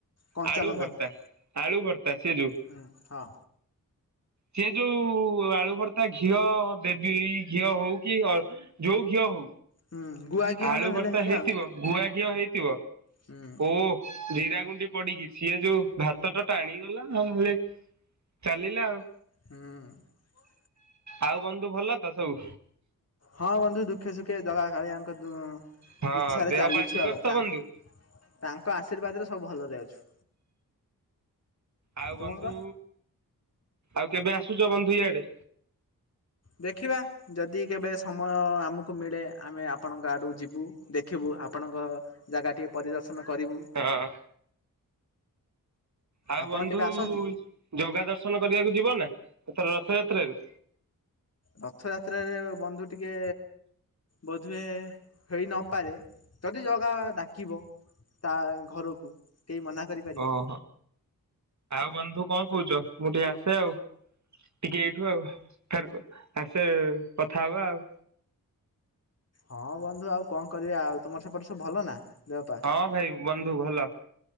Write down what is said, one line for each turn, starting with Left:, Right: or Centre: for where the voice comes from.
Left: କଞ୍ଚାଲଙ୍କା
Right: ଆଳୁ ଭର୍ତ୍ତା
Left: ଦିଏ
Right: ଆଳୁ ଭର୍ତ୍ତା ସେ ଯୋଉ।
Left: ହୁଁ ହଁ
Right: ସେ ଯୋଉ ଆଳୁ ଭର୍ତା ଘିଅ ଦେବି ଘିଅ ହଉ କି ଯୋଉ ଘିଅ ହଉ।
Left: ହୁଁ ଗୁଆ ଘିଅ
Right: ଆଳୁ
Left: ହେଲେ ହେଲେ
Right: ଭର୍ତ୍ତା
Left: ହେଲା
Right: ହେଇଥିବ
Left: ଆଉ।
Right: ଗୁଆ ଘିଅ ହେଇ ଥିବ।
Left: ହୁଁ
Right: ଓ ଜିରା ଗୁ ପଡିକି ସିଏ ଯୋଉ ଭାତଟା ଟାଣିଗଲା ଆଉ ହେଲେ ଚାଲିଲା ଆଉ।
Left: ହୁଁ।
Right: ଆଉ ବନ୍ଧୁ ଭଲ ତ ସବୁ।
Left: ହଁ ବନ୍ଧୁ ଦୁଃଖେ ସୁଖେ ଜଗା କାଳିଆଙ୍କ ଯୋଉ
Right: ହଁ
Left: ଇଛାରେ
Right: ଦେହ
Left: ଚାଲଛୁ
Right: ପା ଠିକ
Left: ଆଉ
Right: ଅଛି ତ
Left: ତାଙ୍କ
Right: ବନ୍ଧୁ?
Left: ତାଙ୍କ ଆଶୀର୍ବାଦରେ ସବ୍ ଭଲରେ ଅଛୁ।
Right: ଆଉ
Left: ତୁମର?
Right: ବନ୍ଧୁ ଆଉ କେବେ ଆସ ଆସୁଛ ବନ୍ଧୁ ଇଆଡେ?
Left: ଦେଖିବା ଯଦି କେବେ ସମୟ ଆମକୁ ମିଳେ ଆମେ ଆପଣଙ୍କ ଆଡ଼କୁ ଯିବୁ। ଦେଖିବୁ ଆପଣଙ୍କ ଜାଗାଟିଏ ପରିବ ଦର୍ଶନ କରିବୁ।
Right: ହଁ ଆଉ
Left: ଆପଣ
Right: ବନ୍ଧୁ
Left: କେବେ ଆସନ୍ତୁ?
Right: ଜଗା ଦର୍ଶନ କରିବାକୁ ଯିବ ନା? ରଥଯାତ୍ରାରେ।
Left: ରଥଯାତ୍ରାରେ ବନ୍ଧୁ ଟିକେ ବୋଧ ହୁଏ ହେଇନପାରେ ଯଦି ଜଗା ଡାକିବ ତା ଘରକୁ। କେହି ମନା କରିପାରିବ?
Right: ଓହୋ ଆଉ ବନ୍ଧୁ କଣ କହୁଛ? ମୁଁ ଟିକେ ଆସେ ଆଉ ଟିକେ ଏଇଠୁ ଆଉ ଫେର ଆସେ କଥା ହବା ଆଉ।
Left: ହଁ ବନ୍ଧୁ ଆଉ କଣ କରିବା ଆଉ ତମର ସେପଟ ସବୁ ଭଲ ନା। ଦେହପା
Right: ହଁ ଭାଇ ବନ୍ଧୁ ଭଲ।